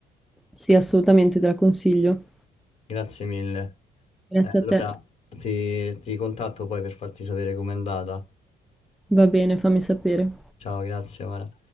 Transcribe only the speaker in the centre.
Sì, assolutamente te la consiglio.
Grazie
a te.
Va bene, fammi sapere.